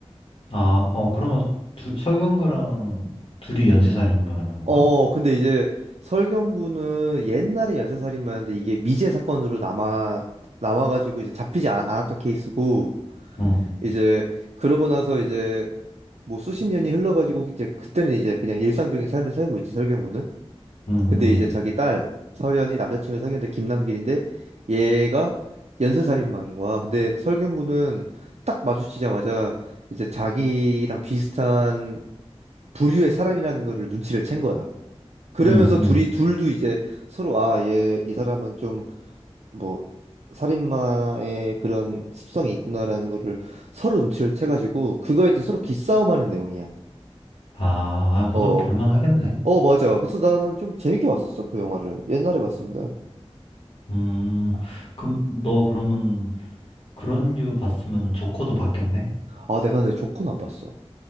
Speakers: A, on the left (about 55°); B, on the right (about 85°).
A: 아, 어, 그러면 둘, 설경구랑 둘이 연쇄살인 말하는 건가?
B: 어, 근데 이제 설경구는 옛날에 연쇄살인마였는데 이게 미제 사건으로 남아 남아가지고 이제 잡히지 않, 않았던 케이스고
A: 응,
B: 이제 그러고 나서 이제 뭐 수십 년이 흘러가지고 이제 그때는 이제 그냥 일상적인 삶을 살고 있지 설경구는.
A: 응,
B: 근데
A: 응,
B: 이제 자기 딸 설현이 남자친구 사귀는데 김남길인데 얘가 연쇄살인마인 거야. 근데 설경구는 딱 마주치자마자 이제 자기랑 비슷한 부류의 사람이라는 거를 눈치를 챈 거야. 그러면서
A: 응, 응.
B: 둘이 둘도 이제 서로 아, 얘, 이 사람은 좀 뭐 살인마의 그런 습성이 있구나라는 거를 서로 눈치를 채가지고 그거에 대해 서로 기싸움하는 내용이야.
A: 아, 아,
B: 어,
A: 그것도 볼만 하겠네.
B: 어 맞아. 그래서 나는 좀 재밌게 봤었어 그 영화를 옛날에 봤었는데
A: 음, 그럼 너 그러면 그런 류 봤으면 조커도 봤겠네?
B: 아 내가 내 조커는 안 봤어.